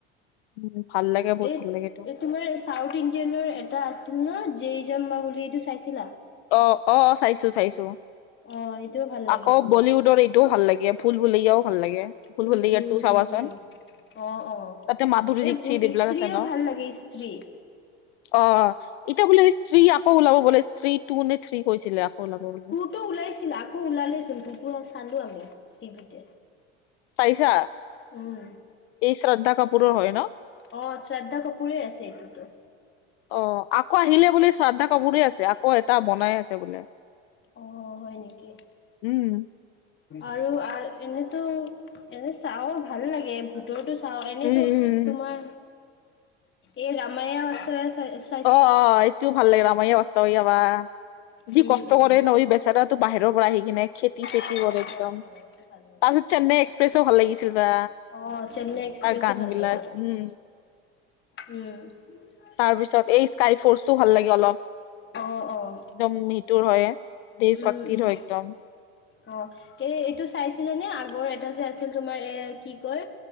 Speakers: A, on the left; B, on the left.
A: উ ভাল লাগে বহুত
B: এই
A: ভাল লাগে এইটো
B: তোমাৰ চাউথ ইণ্ডিয়ানৰ এটা আছিল ন জেই জাম্বা বুলি এইটো চাইছিলা
A: অ অ চাইছো চাইছো
B: অ এইটোও ভাল লাগিছিলে।
A: আকৌ বলিউডৰ এইটোও ভাল লাগে ভুল ভূলেয়াও ভাল লাগে ভুল
B: উম
A: ভুলৈয়া
B: উম
A: টু
B: ভুল
A: চাবাচোন
B: ভূলেয়া অ অ
A: তাতে মাধুৰী
B: এই
A: দীক্ষিত এইবিলাক
B: স্ত্ৰ্ৰীও
A: আছে ন।
B: ভাল লাগে স্ত্ৰ্ৰী,
A: অ এতিয়া বোলে স্ত্ৰী আকৌ ওলাব বোলে স্ত্ৰী টু নে থ্ৰী কৈছিলে আকৌ ওলাব বোলে
B: তটো ওলাইছিল আকৌ ওলালেচোন ততো চালো আমি টিভিতে
A: চাইছা এই
B: উম।
A: শ্ৰদ্ধা কাপোৰৰ হয় ন
B: অ শ্ৰদ্ধা কাপুৰে আছে এইটোতো
A: অ আকৌ আহিলে বুলি শ্ৰদ্ধা কাপুৰে আছে আকৌ এটা বনাই আছে বোলে
B: অ হয় নেকি
A: উম
B: আৰু এনেতো এনে চাওঁ ভাল লাগে ভোটৰটো চাও এনেতো
A: উম উম উম
B: তোমাৰ এই ৰামায়া চাই আছো
A: অ অ এইটোও ভাল লাগিলে আমাৰ অৱস্থা কি কবা যি
B: উম
A: কষ্ট
B: উম।
A: কৰে নৈ বেচেৰাতো বাহিৰৰ পৰা আহি কিনে খেতি চেতি
B: অ অ
A: কৰে একদম
B: হয় হয়
A: তাৰ
B: এইটো ভাল লাগে।
A: পিছত চেন্নাই এক্সপ্ৰেছো ভাল লাগিছিল বা,
B: অ চেন্নাই এক্সপ্ৰেছো
A: তাৰ গান
B: ভাল
A: বিলাক
B: লাগে,
A: উম
B: উম
A: তাৰ পিছত
B: চে
A: এই স্কাই ফৰ্চটো ভাল লাগে অলপ
B: অ', অ',
A: একদম মিটুৰ হয় দেশ
B: উম,
A: ভক্তিৰ
B: উম।
A: হয় একদম।
B: অ এই এইটো চাইছিলে নে আগৰ এটা যে আছিল তোমাৰ এ কি কয়,